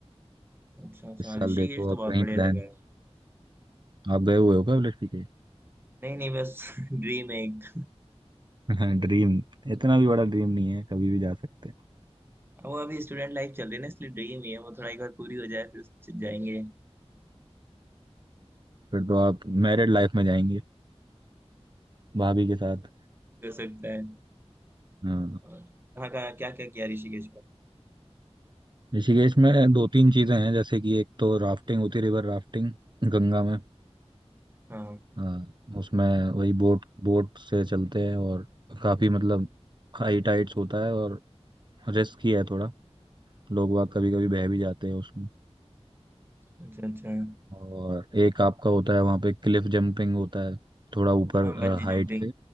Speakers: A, on the right; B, on the right.
A: अच्छा अच्छा
B: इस साल
A: ऋषिकेश
B: देखो
A: तो
B: आप
A: बहुत
B: कहीं
A: बढ़िया
B: प्लान
A: जगह है
B: आप गए हुए हो क्या लड़की के
A: नहीं नहीं बस <laughs> ड्रीम है एक
B: <laughs> ड्रीम इतना भी बड़ा ड्रीम नहीं है कभी भी जा सकते हैं।
A: अब वो अभी स्टूडेंट लाइफ चल रही है ना इसलिए ड्रीम ही है वो थोड़ा एक बार पूरी हो जाए फिर च- जाएंगे
B: फिर तो आप मैरिड लाइफ में जाएंगे भाभी के साथ
A: हो सकता है
B: हाँ
A: और कहाँ कहाँ क्या क्या किया ऋषिकेश में
B: ऋषिकेश में दो तीन चीजें हैं जैसे कि एक तो राफ्टिंग होती है, रिवर राफ्टिंग गंगा में
A: हाँ
B: हाँ उसमें वही बोट बोट से चलते हैं और काफी मतलब हाई टाइड्स होता है और रिस्क ही है थोड़ा लोग वाग कभी कभी बह भी जाते हैं उसमें
A: अच्छा अच्छा
B: और एक आपका होता है वहाँ पे क्लिफ जंपिंग होता है थोड़ा ऊपर
A: हाँ बंजी
B: हाइट
A: जंपिंग
B: से